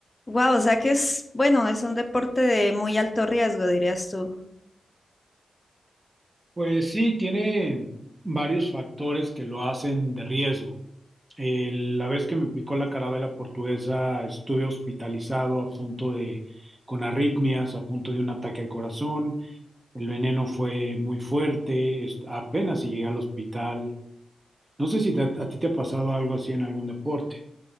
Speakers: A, on the left; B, on the right.
A: Wow, o sea que es, bueno, es un deporte de muy alto riesgo, dirías tú.
B: Pues sí, tiene varios factores que lo hacen de riesgo. Eh, la vez que me picó la carabela portuguesa, estuve hospitalizado a punto de, con arritmias, a punto de un ataque al corazón. El veneno fue muy fuerte, est- apenas si llegué al hospital. No sé si te- a ti te ha pasado algo así en algún deporte.